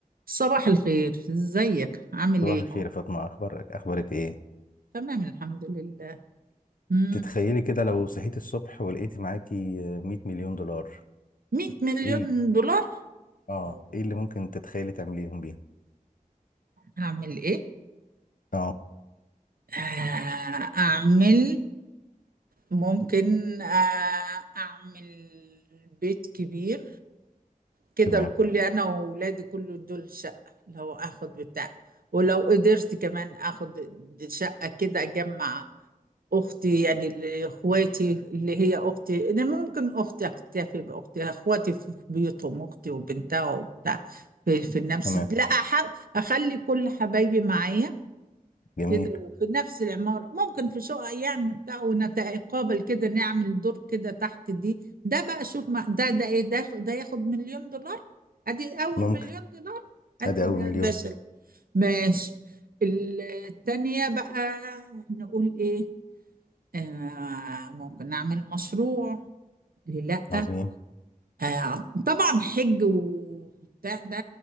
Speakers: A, on the right; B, on the left.
A: صباح الخير ازيك عامل
B: صباح
A: ايه
B: الخير يا فاطمة أخبارك أخبارك إيه؟
A: تمام الحمد لله مم.
B: تتخيلي كده لو صحيتي الصبح ولقيتي معاكي 100 مليون دولار
A: 100 مليون
B: إيه ال...
A: دولار
B: آه
A: أو
B: إيه اللي ممكن تتخيلي تعمليهم بيه؟
A: اعمل ايه
B: آه
A: آه، اعمل ممكن آه، اعمل بيت كبير كده
B: تمام
A: الكل انا واولادي كل دول شقة لو اخد بتاع ولو قدرت كمان اخد شقة كده اجمع أختي يعني اللي- إخواتي اللي هي أختي أنا ممكن أختي أكتفي بأختي إخواتي في بيوتهم أختي وبنتها وبتاع في, في نفس
B: تمام
A: لا أح... أخلي كل حبايبي معايا
B: جميل
A: كده وفي نفس العمارة ممكن في شقة يعني بتاع ونتقابل كده نعمل دور كده تحت دي ده بقى شوف ما... ده ده إيه ده ده ياخد مليون دولار أدي أول
B: ممكن
A: مليون دولار أدي
B: أدي
A: ده
B: أول مليون
A: ماشي ماشي التانية بقى نقول إيه آه ممكن نعمل مشروع ليه لأ
B: عظيم
A: آه طبعا حج وبتاع ده